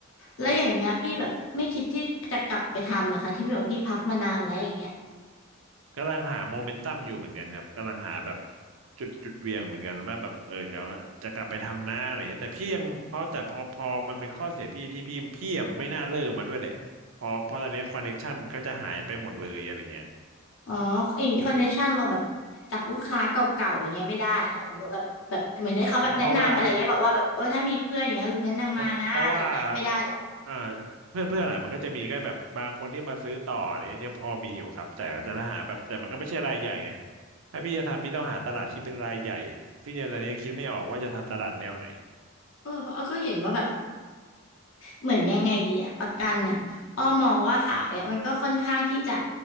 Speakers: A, on the left; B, on the right.
A: แล้วอย่างเงี้ยพี่แบบไม่คิดที่จะกลับไปทำเหรอคะที่พี่บอกพี่พักมานานแล้วอย่างเงี้ย
B: กำลังหาโมเมนตัมอยู่เหมือนกันครับกำลังหาแบบจุดจุดเหวี่ยงเหมือนกันว่าแบบเออเดี๋ยวจะกลับไปทำหน้าอะไรเงี้ยแต่พี่ยังเพราะแต่พอพอมันเป็นข้อเสียพี่ที่พี่พี่อะไม่น่าเลิกมาด้วยแหละพอเพราะตอนเนี้คอนเนคชันมันก็จะหายไปหมดเลยอะไรเงี้ย
A: อ๋อเองคอนเนคชั่นเราแบบจากลูกค้าเก่าๆอย่างเงี้ยไม่ได้เหรอหรือว่าแบบแบบเหมือนให้เขาแบบแนะนำอะไรเงี้ยบอกว่าแบบเออถ้ามีเพื่อนอย่างเงี้ยหรือแนะนำมานะอะไรอย่างเงี้ยไม่ได้เหรอ
B: เพราะว่า เพราะเพราะว่าเอ่อเพื่อนเพื่อนอ่ะมันก็จะมีก็แบบบางคนที่มาซื้อต่ออะไรเนี่ยยังพอมีอยู่ครับแต่ก็จะหาแบบแต่มันก็ไม่ใช่รายใหญ่ไงถ้าพี่จะทำพี่ต้องหาตลาดที่เป็นรายใหญ่ซึ่งตอนนี้ยังคิดไม่ออกว่าจะทำตลาดแนวไหน
A: เออเพราะอ้อก็เห็นว่าแบบเหมือนยังไงดีอะประกันอะอ้อมองว่าขายอะมันก็ค่อนข้างที่จะ